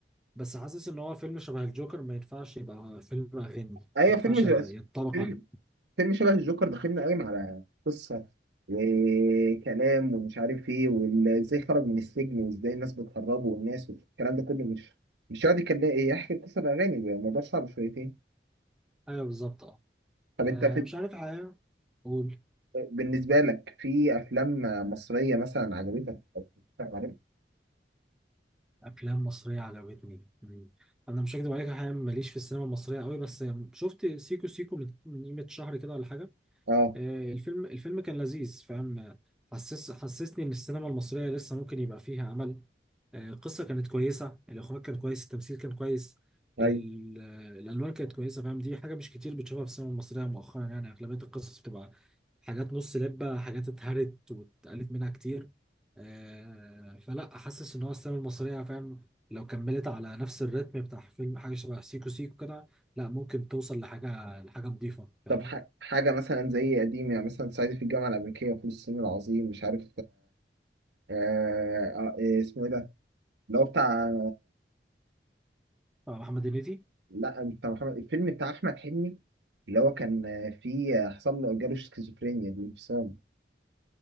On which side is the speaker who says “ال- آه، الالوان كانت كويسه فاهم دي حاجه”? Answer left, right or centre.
Centre